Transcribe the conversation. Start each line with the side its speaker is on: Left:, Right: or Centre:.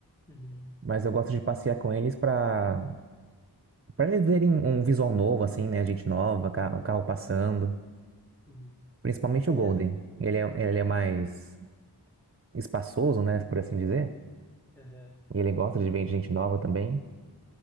Centre: Uhum,
Right: Mas eu gosto de passear com eles pra Pra eles verem um visual novo, assim, né? Gente nova, ca-
Centre: uhum,
Right: o carro passando.
Centre: uhum.
Right: Principalmente
Centre: É,
Right: o Golden.
Centre: e a-
Right: Ele é, ele é mais
Centre: é,
Right: espaçoso, né? Por assim dizer.
Centre: aham.
Right: E ele gosta de ver gente nova também.